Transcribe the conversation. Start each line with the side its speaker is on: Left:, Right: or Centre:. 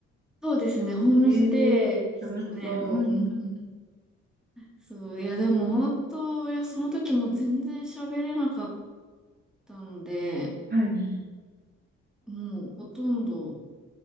Centre: そうですね、ホームステイでしたね。
Right: えー楽しそ
Centre: うんうん。そう、いやでも本当、いや、その時も全然喋れなかったので、
Right: う。はい。
Centre: もうほとんど、